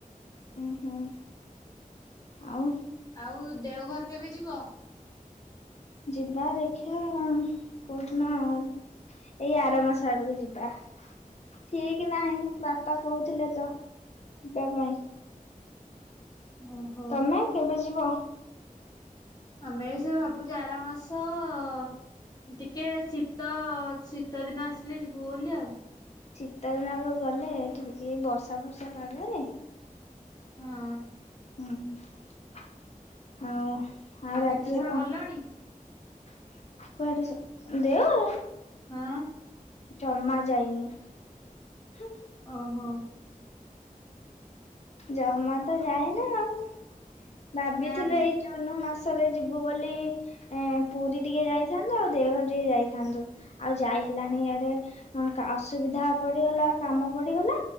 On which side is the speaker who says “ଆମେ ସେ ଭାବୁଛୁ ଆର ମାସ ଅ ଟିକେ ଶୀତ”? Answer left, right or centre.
Left